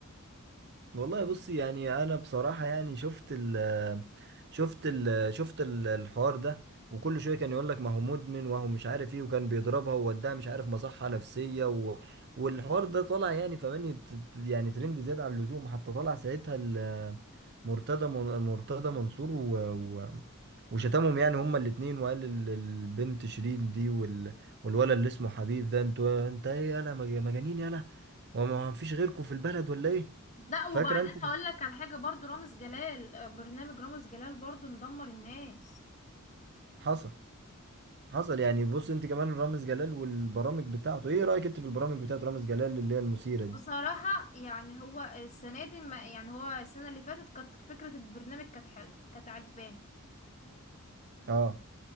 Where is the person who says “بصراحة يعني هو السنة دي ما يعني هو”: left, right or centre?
Left